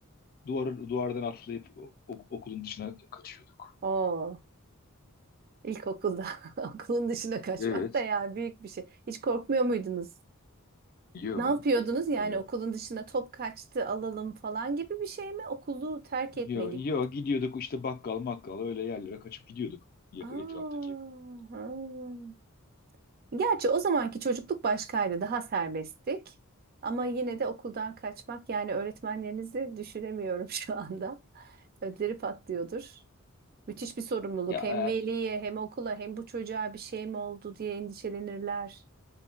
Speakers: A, on the left; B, on the right.
A: duvar, duvardan atlayıp o- okulun dışına kaçıyorduk.
B: Oo, ilkokulda <laughs> okulun dışına kaçmak
A: Evet,
B: da yani büyük bir şey. Hiç korkmuyor muydunuz?
A: yo.
B: Ne yapıyordunuz? Yani
A: E,
B: okulun dışına top kaçtı alalım falan gibi bir şey mi? Okulu terk
A: yo,
B: etme gibi.
A: yo gidiyorduk işte bakkal makkal öyle yerlere kaçıp gidiyorduk yak-
B: Aa,
A: etraftaki.
B: ha. Gerçi o zamanki çocukluk başkaydı, daha serbesttik. Ama yine de okuldan kaçmak yani öğretmenlerinizi düşünemiyorum <laughs> şu anda. Ödleri patlıyordur. Müthiş bir sorumluluk.
A: Ya
B: Hem veliye hem okula hem bu çocuğa bir şey mi oldu diye endişelenirler.